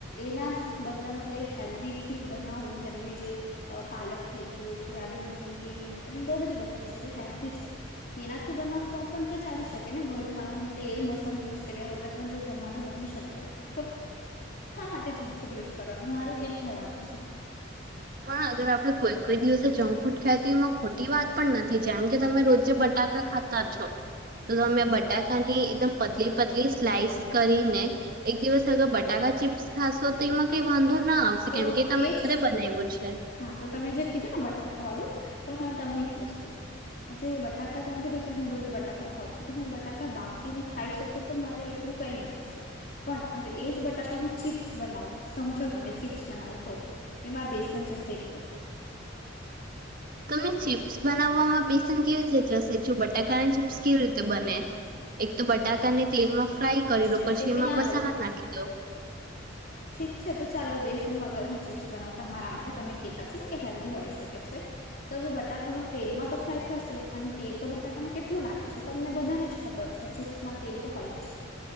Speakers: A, on the left; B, on the right.
A: એના જ બદલામાં કઈ હેલ્દીથી બનાવું જેમ કે જે અ પાલક થઈ ગ્યું, સોયાબીન થઈ ગઈ એમ બો બધી વસ્તુ છે જે હેલ્દી છે. તેનાથી બનાઉ તો પણ તો ચાલી શકે ને વધા આમ તેલ મસાલો યુઝ કર્યા વગર પણ જો જમવાનું બની શકે, તો શા માટે જંક ફૂડ યુઝ કરવાનું મારું એ કેવાનું છે.
B: પણ અગર આપળે કોઈ કોઈ દિવસે જંક ફૂડ ખાય તો એમાં ખોટી વાત પણ નથી જેમ કે તમે રોજે બટાકા ખાતા છો, તો તમે બટાકાની એકદમ પતલી પતલી સ્લાઈસ કરીને એક દિવસ અગ બટાકા ચિપ્સ ખાસો તો એમાં કઈ વાંધો ના આ શકે
A: તો
B: કેમ કે એ તમે
A: એજ
B: ઘરે બનાઈવો છે.
A: હા, તો તમે જે કીધું ને બટાકા વાડુ તો મેં હવે તમને એક વસ્તુ કઉ આ જે બટાકા તમે કીધું કે હું રોજ બટાકા ખાઉ છું તો હું બટાકા બાફીને ખાઈ શકું તો મારે એટલું કઈ ના થશે, પણ હવે એજ બટાકા હું ચીપ્સ બનાવું સમજો તમે ચીપ્સ બનાવું તો એમાં બેસન જશે એક તો.
B: તમે ચીપ્સ બનાવામાં બેસન કેવી રીતે જશે જો બટાકાની ચીપ્સ કેવી રીતે બને એક તો બટાકાને તેલમાં ફ્રાય કરી લો,
A: રેસીપી
B: પછી એમાં
A: ના
B: મસાલા નાખી દો.
A: છીક છે તો ચાલો બેસન વગર હું ચીપ્સ બનાવ તમારા માટે તમે કેતા છો ને કે હેલ્ધી હોઈ શકે છે તો હવે બટાકામાં તેલમાં તો ફ્રાય થશે અને તેલ તો બટાકામાં કેટલું લાગે છે તમને બધાને જ ખબર છે ચિપ્સમાં તેલ તો હોય જ.